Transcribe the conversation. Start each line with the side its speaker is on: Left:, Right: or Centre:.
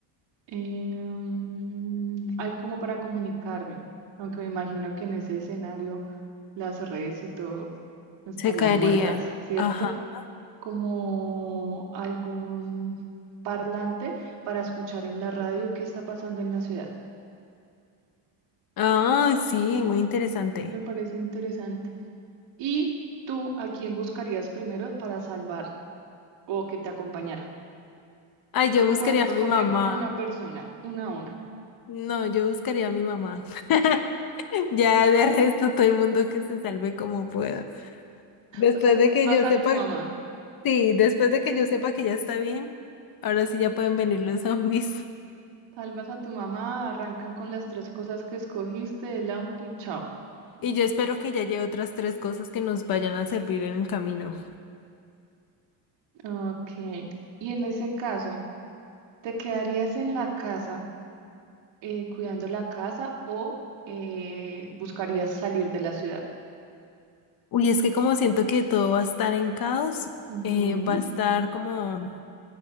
Right: em, algo como para comunicarme, aunque me imagino que en ese escenario las redes y todo estarían
Left: Se caería.
Right: muertas, ¿cierto?
Left: Ajá.
Right: Como algún parlante para escuchar en la radio qué está pasando en la ciudad.
Left: Ah, sí, muy interesante.
Right: Me parece interesante. ¿Y tú a quién buscarías primero para salvar o que te acompañara?
Left: Ay, yo
Right: Solo
Left: buscaría
Right: puedes escoger
Left: a mi mamá.
Right: una persona, una a una.
Left: No, yo buscaría a mi mamá. <laughs> Ya de resto todo el mundo que se salve como pueda. Después
Right: O sea,
Left: de
Right: salvas
Left: que yo
Right: a
Left: sepa,
Right: tu mamá.
Left: sí, después de que yo sepa que ya está bien, ahora sí ya pueden venir los <laughs> zombies.
Right: Salvas a tu mamá, arrancan con las tres cosas que escogiste, el auto y chao.
Left: Y yo espero que ya lleve otras tres cosas que nos vayan a servir en el camino.
Right: Ok. Y en ese caso, ¿te quedarías en la casa, eh, cuidando la casa o eh, buscarías salir de la ciudad?
Left: Uy, es que como siento que todo va a estar en caos,
Right: Ujú,
Left: eh, va a estar como